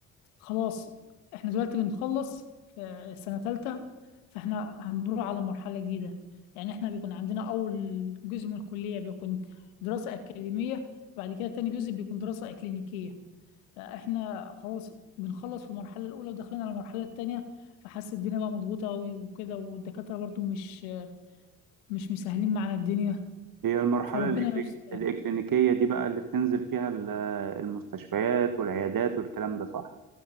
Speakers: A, on the left; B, on the right.
A: خلاص احنا دلوقتي بنخلص في السنة تالتة فاحنا هنروح على مرحلة جديدة يعني احنا بيكون عندنا أول جزء من الكلية بيكون دراسة أكاديمية بعد كده تاني جزء بيكون دراسة إكلينيكية فاحنا خلاص بنخلص في المرحلة الأولى وداخلين على المرحلة التانية فحاسس الدنيا بقى مضغوطة أوي وكده والدكاترة برضو مش مش مسهلين معانا الدنيا
B: هي المرحلة
A: فربنا
B: الإكليك-
A: يستر يعني
B: الإكلينيكية دي بقى اللي بتنزل فيها ال- المستشفيات والعيادات والكلام ده صح؟